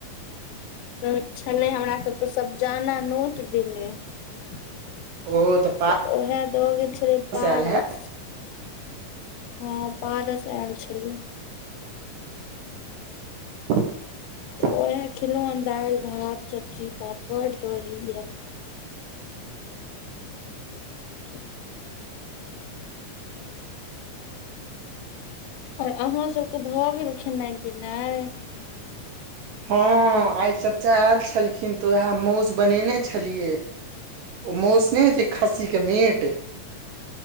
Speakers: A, on the left (about 90°); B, on the right (about 70°).
A: त छलै हमरा सभके सभ जाना नोट दने तऽ
B: ओ तऽ
A: ओहा द गेल छलै पारस
B: आयल है
A: हँ पारस आयल छलियै
B: हच <inaudible>
A: उएह खेलहुँ हेँ दालि भात सब्जी पापड़ दही इहा <inaudible> आओर अहं सबके भऽ गेल खेनाइ पिनाइ
B: हँ आइ चचा आयल छलखिन तऽ उएह मौस बनेने छलियए ओ मौस नहि होइ छै खस्सी के मीट